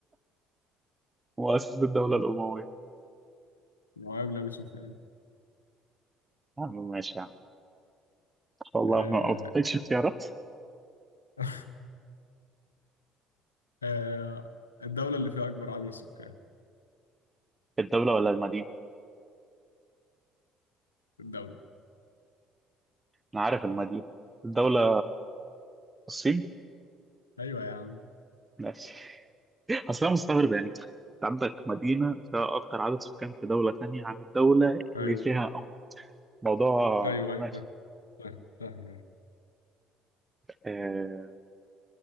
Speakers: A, on the right; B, on the left.
A: مؤسس الدولة الأموية
B: معاوية بن أبي سفيان
A: يا عم ماشي يا عم إن شاء الله
B: آه...
A: ما ما بتحتاجش اختيارات
B: <laughs> آه... الدولة اللي فيها أكبر عدد من السكان
A: الدولة ولا المدينة
B: الدولة
A: أنا عارف المدينة الدولة الصين
B: أيوة يا عم
A: ماشي اصلا مستغرب يعني انت عندك مدينه فيها اكتر عدد سكان في دوله تانية عن الدوله
B: أيوة
A: اللي فيها أكتر. موضوع
B: أيوة أيوة
A: ماشي
B: فاهم فاهم فاهم أيوة.
A: آه،